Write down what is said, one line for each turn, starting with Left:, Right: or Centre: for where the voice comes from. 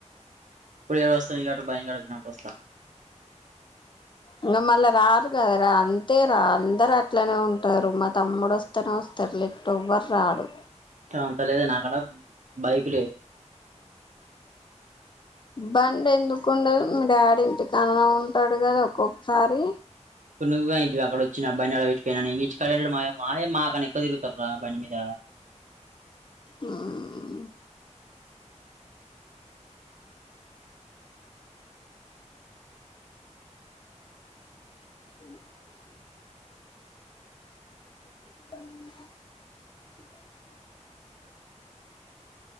Right: ఇప్పుడు ఏడు వస్తా ఇయ్యేటు బాయకాడు వచ్చినపుడు వస్తా
Left: ఇంక మళ్ళ రారు కద ర అంతే రా అందర్ అట్లనె ఉంటారు మా తమ్ముడు వస్తనే వస్తారు లేకపోతె రారు
Right: అంత లేదు నాక్కడ బైకులేదు
Left: బండి ఎందుకుండదు మీ డాడీ ఇంటికాన్నె ఉంటాడు కదా ఒక్కొక్కసారి
Right: తునువుగా ఇంటి అక్కడ వచ్చిన బండి ఆ డ పెట్టపెనాడు నె ఇంటి కాడ యాడున్నడు మాయవ్వ వాయమ్మ అతను ఎక్కువ తిగుతారు రా బండి మీద
Left: ఉమ్ ఉమ్ గాలి ఏలిన పొ